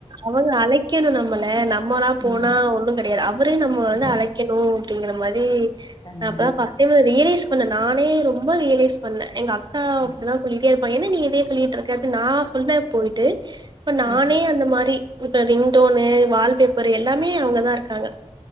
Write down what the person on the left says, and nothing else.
ம்
ம்.
கண்டிப்பா
ம்
ம்